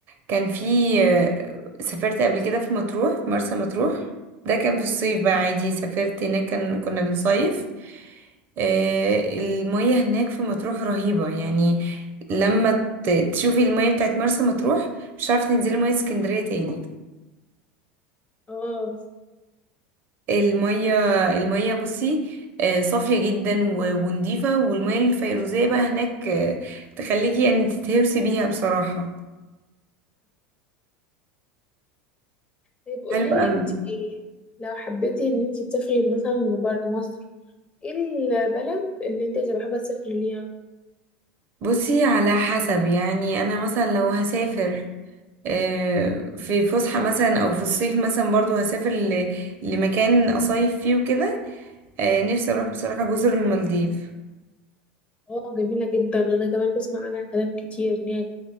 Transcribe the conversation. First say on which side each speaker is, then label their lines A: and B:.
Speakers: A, on the right (about 45°); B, on the left (about 25°).
A: كان في آه، سافرت قبل كده في مطروح في مرسى مطروح ده كان في الصيف بقى عادي سافرت هناك كان كنا بنصيف آه، المية هناك في مطروح رهيبة يعني لما ت- تشوفي المية بتاعت مرسى مطروح مش عارفة تنزلي مية اسكندرية تاني
B: اه
A: المية المية بصي آه، صافية جدا و- ونضيفة والمية الفيروزية بقى هناك آه، تخليكي يعني تتهوسي بيها بصراحة
B: طيب قولي
A: حلو
B: لي
A: قوي
B: انت ايه لو حبيتي ان انت تسافري مثلا بره مصر ايه البلد اللي انت هتبقى حابه تسافري ليها
A: بصي على حسب يعني انا مثلا لو هسافر آه، في فسحة مثلا او في الصيف مثلا برضو هسافر ل- لمكان اصيف فيه وكده آه، نفسي اروح بصراحة جزر المالديف
B: اه جميله جدا انا كمان بسمع عنها كلام كتير ان هي